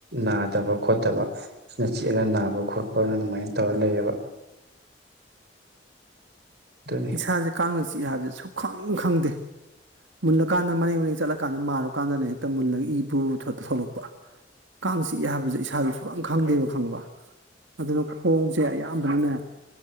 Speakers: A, on the right; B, on the right.
A: ꯅꯥꯗꯕ ꯈꯣꯠꯇꯕ ꯁꯤꯅ ꯆꯤꯛꯑꯒ ꯅꯥꯕ ꯈꯣꯠꯄ ꯑꯗꯨꯃꯥꯏꯅ ꯇꯧꯔ ꯂꯩꯌꯦꯕ ꯗꯨꯟ
B: ꯏꯁꯥꯁꯦ ꯀꯥꯡꯅ ꯆꯤꯛꯑꯦ ꯍꯥꯏꯕꯁꯦ ꯁꯨꯛꯈꯪ ꯈꯪꯗꯦ ꯃꯨꯜꯂꯀꯥꯟꯗ ꯃꯔꯦꯡ ꯃꯔꯦꯡ ꯆꯠꯂꯀꯥꯟꯗ ꯃꯔꯨ ꯀꯥꯟꯗꯅꯦ ꯍꯦꯛꯇ ꯃꯨꯜꯂꯒ ꯏ ꯕꯨꯕꯨ ꯊꫭꯛ ꯊꯣꯛꯂꯛꯄ ꯀꯥꯡ ꯆꯤꯛꯑꯦ ꯍꯥꯏꯕꯁꯦ ꯏꯁꯥꯁꯦ ꯁꯨꯛꯈꯥꯡ ꯈꯪꯗꯦꯕ ꯈꯪꯉꯥꯕ ꯑꯗꯨꯅ ꯈꯣꯡꯁꯦ ꯑꯌꯥꯝꯕꯅꯅꯦ